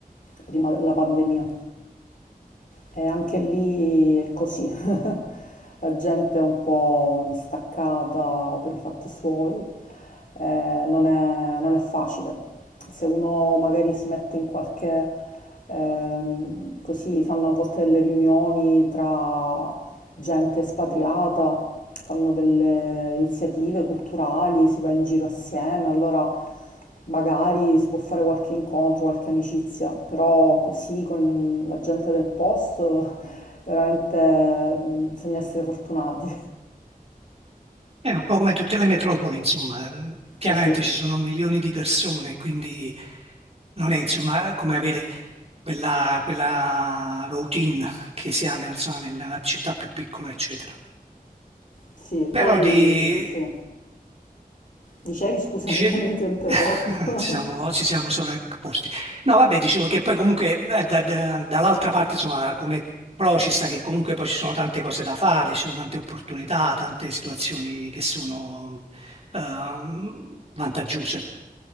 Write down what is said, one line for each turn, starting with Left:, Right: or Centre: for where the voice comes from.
Left: prima della pandemia. E anche lì è così, <laughs> la gente è un po' distaccata per i fatti suoi, eh, non è, non è facile. Se uno magari si mette in qualche, ehm, così fanno a volte delle riunioni tra gente espatriata, fanno delle iniziative culturali, si va in giro assieme, allora Magari si può fare qualche incontro, qualche amicizia, però così con la gente del posto veramente mm, bisogna essere fortunati.
Right: È un po' come tutte le metropoli, insomma. Chiaramente
Left: Eh sì,
Right: ci sono milioni di persone, quindi non è insomma come avere quella, quella routine che si ha nel- insomma, nella città più piccola, eccetera.
Left: sì,
Right: Però
Left: poi
Right: di,
Left: sì. Dicevi, scusami,
Right: dicevi,
Left: <laughs> ti ho interrotto.
Right: <laughs> ci siamo,
Left: <laughs>
Right: ci siamo sovrapposti. No, vabbè, dicevo che poi comunque eh, da- da- dall'altra parte, insomma, come pro ci sta che comunque poi ci sono tante cose da fare, ci sono tante opportunità, tante situazioni che sono ehm, vantaggiose.